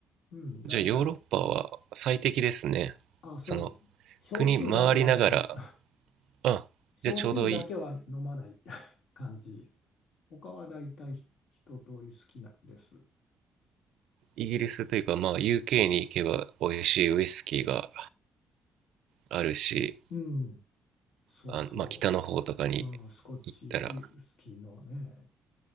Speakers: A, on the left; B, on the right.
A: うん、大体、
B: じゃあ、ヨーロッパは最適ですね。
A: あ、そう、
B: その、
A: 焼酎だけはね、
B: 国回りながら、
A: の、
B: あ、
A: <laughs>
B: じゃあちょうどいい。
A: 焼酎だけは飲まない <laughs> 感じ。他は大体ひ一通り好きなんです。
B: イギリスというか、まあ、UK に行けば美味しいウイスキーがあるし、
A: うん、そうそ
B: あまあ、北の方とかに
A: う、うん、スコッチウイスキーのね、
B: 行ったら、